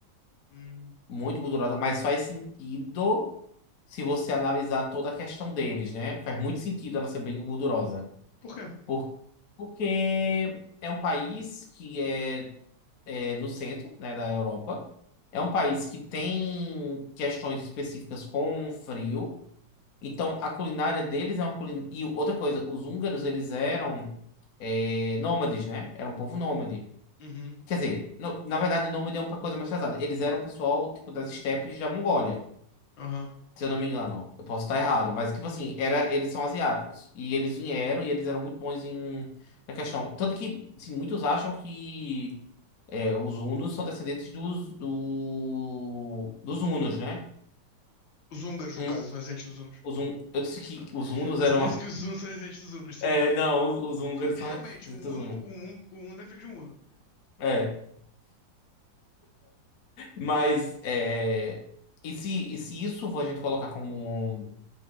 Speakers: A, on the left (about 80°); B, on the left (about 55°).
A: Hum,
B: muito gordurosa, mas faz sentido se você analisar toda a questão deles, né? Faz muito sentido ela ser bem gordurosa.
A: por quê?
B: Por, porque é um país que é, é no centro, né, da Europa. É um país que tem questões específicas com frio. Então, a culinária deles é uma culinária... E outra coisa, os húngaros, eles eram é, nômades, né? Era um povo nômade.
A: Uhum.
B: Quer dizer, no- na verdade, nômade é uma coisa mais pesada. Eles eram um pessoal, tipo, das estepes da Mongólia.
A: Aham.
B: Se eu não me engano, eu posso estar errado, mas tipo assim, era, eles são asiáticos e eles vieram e eles eram muito bons em na questão, tanto que assim, muitos acham que é, os hunos são descendentes dos do, dos hunos, né?
A: Os húngaros,
B: Hum,
A: no caso, são residentes dos hunos.
B: os hun, eu disse que
A: Ah.
B: os hunos
A: Você
B: eram
A: disse que os hunos
B: <laughs>
A: são residentes dos hunos, sim.
B: é, não, os, os húngaros
A: Realmente,
B: são descendentes
A: um
B: dos
A: uno
B: hunos.
A: um, hun- um uno é filho de um huno.
B: É, mas é, e se e se isso for a gente colocar como